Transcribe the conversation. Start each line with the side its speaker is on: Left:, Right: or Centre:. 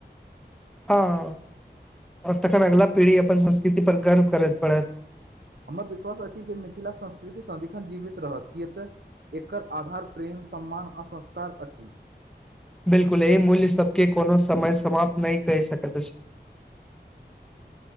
Centre: हँ तखन अगला पीढ़ी अपन संस्कृति पर गर्व करैत पढ़ैत।
Right: हमर विश्वास अछि जे मिथिलाके संस्कृति सदिखन जीवित रहत किए तऽ एकर आधार प्रेम सम्मान आ संस्कार अछि।
Centre: बिलकुल एहि मूल्य सबके कोनो समय समाप्त नहि कहि सकैत अछि